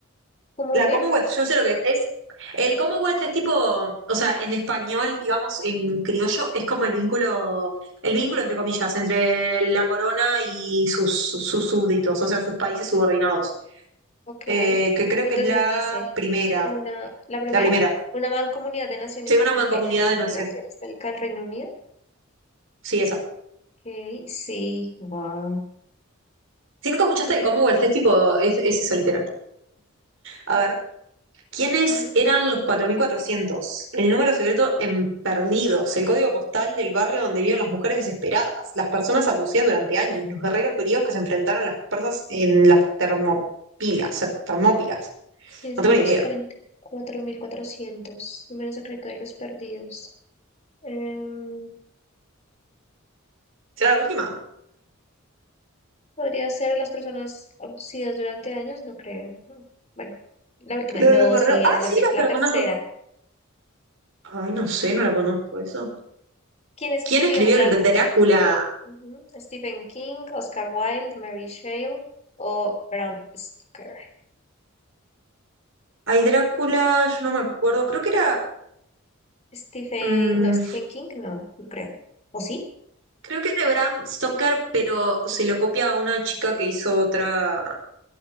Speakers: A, on the left; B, on the right.
A: ¿Commonwealth?
B: La Commonwealth, yo sé lo que es. El Commonwealth es tipo, o sea, en español, digamos, en criollo, es como el vínculo, el vínculo entre comillas, entre la corona y sus, sus súbditos, o sea, sus países subordinados.
A: Ok.
B: Eh, que creo
A: Entonces
B: que es la
A: dice,
B: primera,
A: una, la primera,
B: la primera.
A: una mancomunidad de naciones
B: Sí,
A: con
B: una mancomunidad
A: eh, vinculación
B: de naciones.
A: histórica al Reino Unido.
B: Sí, esa.
A: Ok, sí, wow.
B: Si nunca escuchaste
A: Qué pela.
B: el Commonwealth es tipo, es, es eso literal. A ver, ¿quiénes
A: Ujú.
B: eran los cuatro mil cuatrocientos El número secreto en Perdidos, el código postal del barrio donde vivían las mujeres desesperadas, las personas abusivas durante años, los guerreros griegos que se enfrentaron a las persas en las termopilas, eh, termópilas.
A: ¿Quiénes
B: No
A: eran
B: tengo ni
A: los
B: idea.
A: 44.400? Número secreto de los perdidos. Em,
B: ¿Será la última?
A: ¿podría ser las personas abducidas durante años? No creo. No. Bueno, la última.
B: Lo
A: No,
B: de los guerreros.
A: sí,
B: Ah,
A: era
B: sí,
A: la, se-
B: las
A: la
B: personas.
A: tercera.
B: Ay, no sé, no la conozco eso.
A: ¿Quién escribió
B: ¿Quién escribió
A: Drácula?
B: el Drácula?
A: Ujú. Stephen King, Oscar Wilde, Mary Shelley o Bram Stoker.
B: Ay, Drácula, yo no me acuerdo. Creo que era.
A: Stephen,
B: mm,
A: no, Stephen King, no, no creo. ¿O sí?
B: Creo que es de Bram Stoker, pero se lo copia a una chica que hizo otra,